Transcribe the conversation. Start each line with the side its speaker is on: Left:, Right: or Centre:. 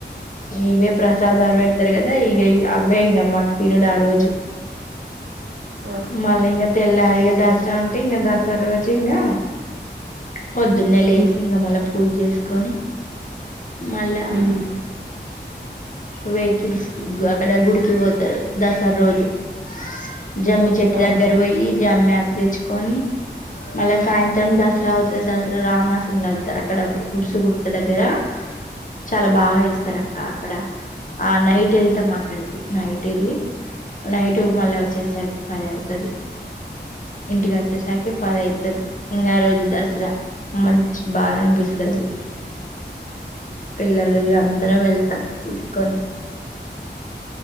Left: ఇవే ప్రసాదాలు పెడతారు కదా ఇవే అవే ఇక మాకు తినుడు ఆ రోజు ఆ
Right: ఉమ్,
Left: మళ్ళ ఇంకా తెల్లారు ఇ దసరా ఉంటే ఇంకా దసరా రోజు ఇంకా పొద్దున్నే లేసి
Right: ఉమ్,
Left: ఇంకా మళ్ళా పూజ చేసుకొని మళ్ళా
Right: ఉమ్,
Left: వెహికల్స్ కి అక్కడ గుడికి పోతారు దసరా రోజు ఆ జమ్మి చెట్టు
Right: ఉమ్.
Left: దగ్గర పోయి జమ్మి ఆకు తెచ్చుకొని మళ్ళ సాయంత్రం దసరా దసరా రామనాసురున్ని కలుత్తారు అక్కడ ఉరుసుగుట్ట దగ్గర చాలా బాగా చేస్తారు అక్క అక్కడ ఆ నైట్ వెళ్తాం అక్కడికి నైట్ వెళ్ళి నైట్ మళ్ళా వచ్చేసరికి పది అవుతాది ఇంటికి వచ్చేసరికి పది అయితాది ఇంకా ఆ రోజు ద సార మంచి బాగా అనిపిస్తాది పిల్లలు ఇగ అందరం వెళ్తాం తీసుకొని